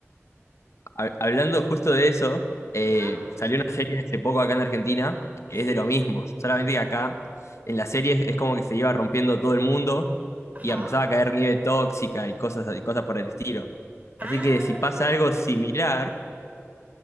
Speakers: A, on the left; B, on the right.
A: Ha- hablando justo de eso, eh,
B: Ajá.
A: salió una serie hace poco acá en Argentina que
B: ¿Sí?
A: es de lo mismo, solamente que acá en la serie es, es como que se iba rompiendo todo el mundo
B: Ajá.
A: y empezaba a caer nieve tóxica y cosas, y cosas por el estilo.
B: Ah,
A: Así que si pasa algo similar,